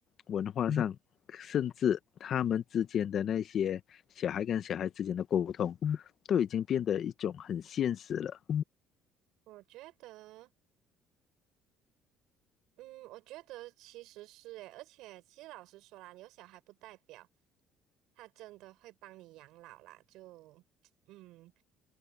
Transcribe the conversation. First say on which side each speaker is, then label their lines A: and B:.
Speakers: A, on the left; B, on the right.
A: 文化上，嗯甚至他们之间的那些小孩跟小孩之间的沟通，都已经变得一种很现实了。
B: 我觉得。嗯，我觉得其实是诶，而且其实老实说啦，你有小孩不代表他真的会帮你养老啦。就 <tsk> 嗯，